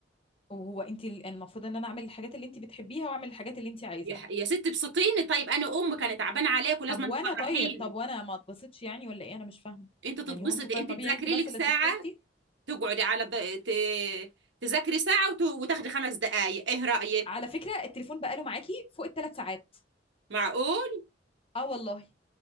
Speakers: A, on the left (about 30°); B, on the right (about 75°).
A: وهو انت ال- المفروض ان انا اعمل الحاجات اللي انت بتحبيها واعمل الحاجات اللي انت عايزاها
B: يا, ح- يا ست ابسطيني طيب انا ام كانت تعبانة عليك ولازم
A: طب وانا
B: تفرحيني
A: طيب طب وانا ما اتبسطش يعني ولا ايه انا مش فاهمه
B: انت تتبسطي
A: يعني هو انت طيب
B: انت
A: طبيعي
B: تذاكري
A: انت بس
B: لك ساعة
A: اللي تتبسطي
B: تقعدي على ض... ت... تذاكري ساعة وت... وتاخدي خمس دقايق ايه رأيك
A: على فكره التليفون بقاله معاكي فوق الثلاث ساعات
B: معقول
A: اه والله